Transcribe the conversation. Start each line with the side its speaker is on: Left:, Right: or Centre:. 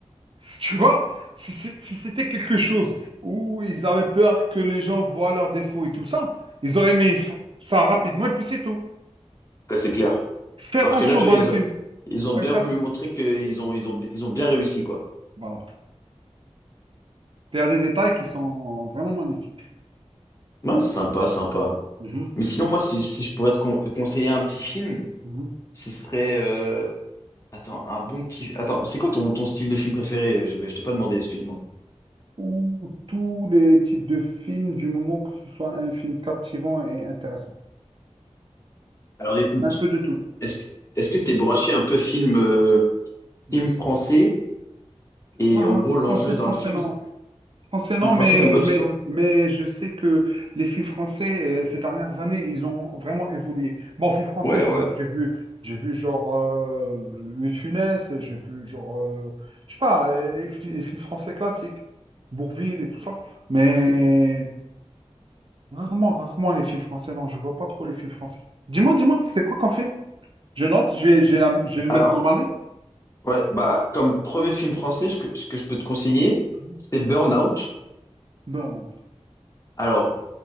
Right: Si Tu vois, si, c'est- si c'était quelque chose où ils avaient peur que les gens voient leurs défauts et tout ça, ils auraient mis f- ça rapidement et puis c'est tout.
Left: Ouais, c'est clair.
Right: Fais attention
Left: Alors que là, tu
Right: dans
Left: vois, ils
Right: les films.
Left: ont, ils ont
Right: Ouais,
Left: bien
Right: fais
Left: voulu
Right: attention.
Left: montrer qu'ils ont, ils ont, ils ont bien réussi, quoi.
Right: Voilà. Il y a des détails qui sont vraiment magnifiques.
Left: Ouais, sympa, sympa.
Right: Mhm,
Left: Mais sinon, moi, si, si je pourrais te con- conseiller un petit film,
Right: mhm.
Left: ce serait. euh, Attends, un bon petit. Attends, c'est quoi ton, ton style de film préféré? euh, GB Je t'ai pas demandé, excuse-moi.
Right: Ou tous les types de films, du moment que ce soit un film captivant et intéressant.
Left: Alors écoute,
Right: Un peu de tout.
Left: est-ce que est-ce que t'es branché un peu film, euh,
Right: Mhm.
Left: film français? Et
Right: Ah,
Left: en gros, l'enjeu
Right: français, français,
Left: dans le film,
Right: non.
Left: c'est
Right: Français, non,
Left: film français,
Right: mais,
Left: t'aimes pas
Right: mais,
Left: du tout?
Right: mais je sais que les films français, euh, ces dernières années, ils ont vraiment évolué. Bon, films français,
Left: Ouais, ouais.
Right: j'ai j'ai vu, j'ai vu genre euh, Louis de Funès, j'ai vu genre, euh, je sais pas, euh, les, fi- les films français classiques, Bourvil et tout ça. Mais rarement, rarement les films français, non, je vois pas trop les films français. Dis-moi, dis-moi, c'est quoi qu'un film? Je note, je vais, je vais la- je vais le
Left: Alors,
Right: mettre dans ma liste.
Left: ouais, bah, comme premier film français, ce que, ce que je peux te conseiller,
Right: Mhm.
Left: c'est Burnout.
Right: Burnout.
Left: Alors,